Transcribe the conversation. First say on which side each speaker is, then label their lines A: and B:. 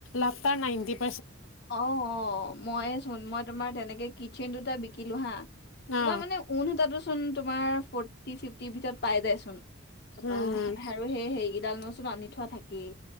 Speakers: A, on the left (about 80°); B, on the left (about 55°).
A: লাভ পাও নাইনতিপ।
B: অ অ মই চোন মই তোমাৰ তেনেকে কিটচেন দুটা বিকিলো হা। তপা
A: অ
B: মানে ঊন সূতা তোচ। তোমাৰ ফোৰটি ফি ফিফটি ভিতৰত পাই যায় চোন, তাপা
A: উম
B: আৰু সেই সেইকেডাল নো- আনি থোৱা থাকেই।